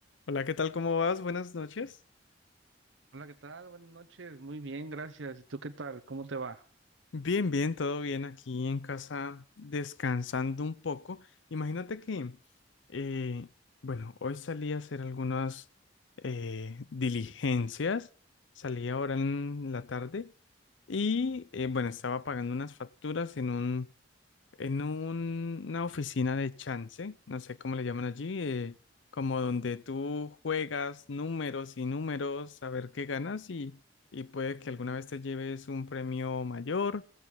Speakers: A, on the left (about 80°); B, on the right (about 85°).
A: Hola, ¿qué tal? ¿Cómo vas? Buenas noches.
B: Hola, ¿qué tal? Buenas noches, muy bien, gracias. ¿Y tú qué tal? ¿Cómo te va?
A: Bien, bien, todo bien aquí en casa, descansando un poco. Imagínate que, eh, bueno, hoy salí a hacer algunas eh, diligencias, salí ahora en la tarde y, eh, bueno, estaba pagando unas facturas en un, en un- una oficina de chance, no sé cómo le llaman allí, eh, como donde tú juegas números y números a ver qué ganas y, y puede que alguna vez te lleves un premio mayor